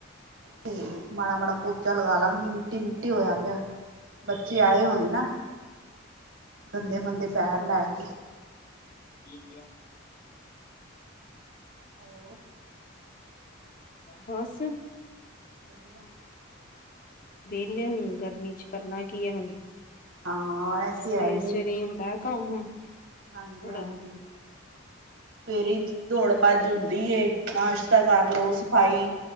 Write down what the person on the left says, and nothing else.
ਕੀ ਕਿਹਾ?
ਬਸ
ਵਿਹਲੇ ਹੁਣ ਗਰਮੀ ਚ ਕਰਨਾ ਕੀ ਆ, ਹੁਣ
ਸਵੇਰੇ
-ਸਵੇਰੇ ਈ ਹੁੰਦਾ ਕੰਮ
ਥੋੜਾ